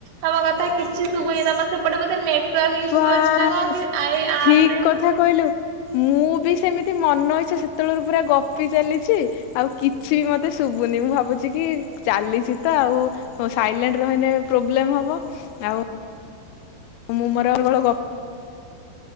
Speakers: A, on the right; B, on the left.
A: ତମ କଥା କିଛି ଶୁବୁନି ତମର ସେପଟୁ ବୋଧେ ନେଟୱର୍କ ଇସୁ
B: ବାସ୍
A: ଅଛି ନା କଣ କି ଆଇ ଆପରେ?
B: ଠିକ କଥା କହିଲୁ ମୁଁ ବି ସେମିତି ମନ ଇଚ୍ଛା ସେତେବେଳରୁ ପୁରା ଗପି ଚାଲିଛି ଆଉ କିଛି ବି ମତେ ଶୁବୁନି। ମୁଁ ଭାବୁଚି କି ଚାଲିଚି ତ ଆଉ ସାଇଲେଣ୍ଟ ରହିଲେ ପ୍ରୋବ୍ଲେମ୍ ହବ ଆଉ ମୁଁ ମୋର ଅନର୍ଗଳ ଗ